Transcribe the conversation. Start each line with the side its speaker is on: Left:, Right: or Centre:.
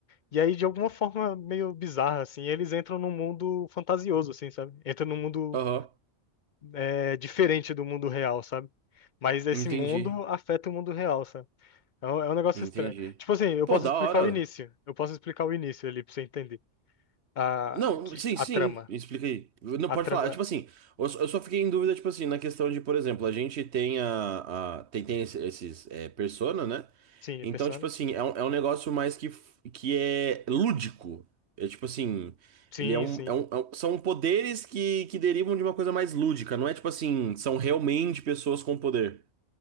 Left: E aí, de alguma forma meio bizarra, assim, eles entram num mundo fantasioso, assim, sabe? Entram num mundo
Right: Aham,
Left: é, diferente do mundo real, sabe? Mas esse
Right: Entendi,
Left: mundo afeta o mundo real, sabe? É um, é um negócio
Right: entendi.
Left: estranho. Tipo assim, eu
Right: Pô,
Left: posso
Right: da
Left: explicar
Right: hora.
Left: o início. Eu posso explicar o início ali pra você entender. A,
Right: Não,
Left: que,
Right: sim,
Left: a
Right: sim,
Left: trama.
Right: explica aí. Não,
Left: A
Right: pode
Left: trama.
Right: falar. É Tipo assim, eu, só eu só fiquei em dúvida, tipo assim, na questão de, por exemplo, a gente tem a, a- tem, tem esse- esses, é, persona, né?
Left: Sim,
Right: Então,
Left: Persona?
Right: tipo assim, é um, é um negócio mais que, f- que é lúdico. É tipo assim,
Left: Sim,
Right: ele é um,
Left: sim.
Right: é um- é um- são poderes que, que derivam de uma coisa mais lúdica, não é tipo assim, são realmente pessoas com poder.